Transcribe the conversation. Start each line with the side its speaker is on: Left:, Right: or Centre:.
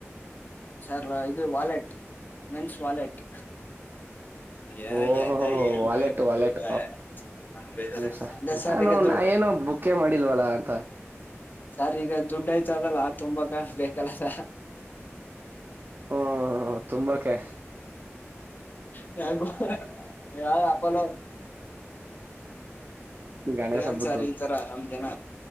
Left: ಸರ್ಲ ಇದು ವಾಲೆಟ್ ಮೆನ್ಸ್ ವಾಲೆಟ್ ಏನ
Right: ಓಹೋಹೋ
Left: ಎಂಜಾಯ್ ಏನ್ರ
Right: ವಾಲೆಟ್ ವಾಲೆಟ್
Left: ಅದೇ
Right: ಹ ನಾನು
Left: ಸರ್ ಈಗ ದು
Right: ನಾ ಏನು ಬುಕೇ ಮಾಡಿಲ್ವಲ್ಲಾ ಅಂತ
Left: ಸರ್ ಈಗ ದುಡ್ಡ ಯ್ತ ಅದಲ್ಲ ತುಂಬಾ ಕ ಬೇಕಲ್ಲ ಸ
Right: ಹ್ಮ ತುಂಬಾಕೆ
Left: ಕ ಯಾರ ಕೊಲೋ
Right: ಗಣೇಶ
Left: ಏನ್
Right: ಹಬ್ಬದ್ದು
Left: ಸರ್ ಈ ತರ ನಮ್ ಜನ